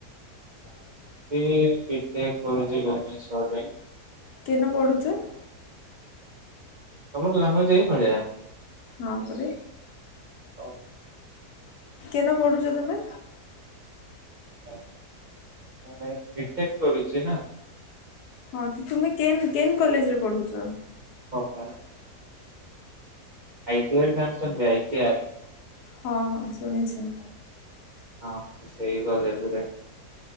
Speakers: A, on the right; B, on the left.
A: ମୁଁ ବି ବିଟେକ କରୁଛି ଭୁବନେଶ୍ଵରରେ।
B: କେନ ପଢୁଛ?
A: ତମର ଲାଙ୍ଗୁଏଜ୍ ଏଇ ଭଳିଆ?
B: ହଁ ପରେ।
A: ହଉ।
B: କେନ ପଢୁଛ ତମେ।
A: <inaudible> ମୁଁ ବିଟେକ କରୁଛି ନା।
B: ହଁ ତ ତୁମେ କେ କେନ୍ କଲେଜରେ ପଢୁଛ?
A: ଆ ଇ ଟି ଆର୍ ଜାଣିଛନ୍ତି ଆ ଇ ଟି ଆର୍।
B: ହଁ ହଁ ଶୁଣିଛି।
A: ହଁ ତ ସେଇ କଲେଜରେ।